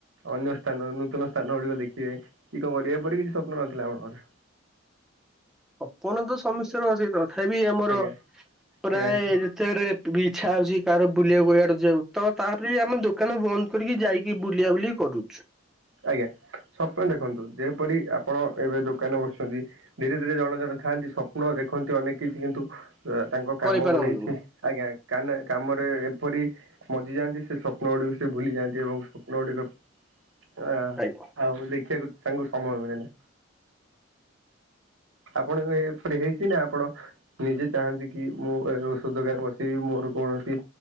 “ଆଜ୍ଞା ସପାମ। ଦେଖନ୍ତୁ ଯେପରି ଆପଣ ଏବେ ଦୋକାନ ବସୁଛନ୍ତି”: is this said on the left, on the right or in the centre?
Right